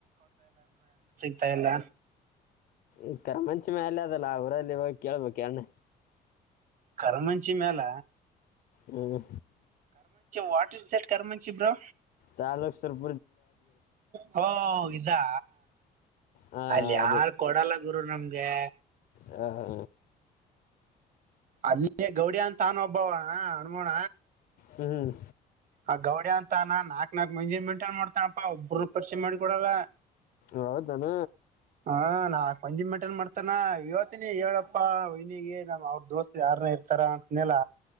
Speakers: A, on the right; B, on the left.
A: ಮಂತಾಯಲ್ಲ
B: ಈಥರ ಮಂಚಿಮ ಅಾಲ ಅದಲ್ಲ ಊರಲ್ಲಿ ಇ ಹೋಗ ಕೇಳ್ಬಬೇಕಕ್ ಎರ್ಣ
A: ಕರಮಂಚಿ ಮ್ಯಾಲ
B: ಹ್ಮ
A: ವಾಟರ್ ಸೆಟ್ ಕರಮಂಚಿ ಬ್ರೋ
B: ಚಾಲಕ ಸ್ವಲ್ಪ
A: ಹಾ ಇದಾ
B: ಹಾಂ
A: ಅಲ್ಲಿ ಯಾರ
B: ಅದೇ
A: ಕೊಡಲ್ಲ ಗುರು ನಮ್ಗೆ
B: ಹಾ ಹಾ
A: ಅಲ್ಲೇ ಗೌರಿ ಅಂತ ತಾನು ಒಬ್ಬವಣ ಅಣ್ಮೋಣ
B: ಹ್ಮ್
A: ಆ ಗೌಡಿ ಅಂತಾನ ನಾಕ್ ನಾಕಕ್ ಮಂದಿ ಮೆಂಟೈನ್ ಮಾಡ್ತಾನಪ್ಪಾ ಒಬರು ಪರಿಚೆ ಮಾಡಿ ಕೊಡಲ್ಲ
B: ಹೌದಾನ
A: ಹಾ ನಾ ಕಂಜಿ ಮೆಟನ್ ಮಾಡ್ತನ ಇವತ್ತಿನಿ ಹೇಳಪ್ಪ ಪ್ಪಾ ಇನಿಗೆ ನಮ್ಮ್ ಅವ್ರ ದೋಸ್ತ್ ಯಾರನ್ನ ಇರ್ತಾರ ಅಂತನಲ